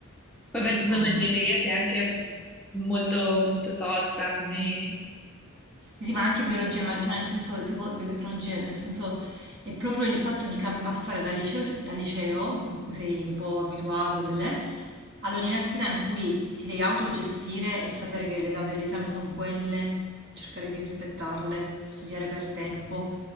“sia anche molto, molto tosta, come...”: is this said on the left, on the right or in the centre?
Centre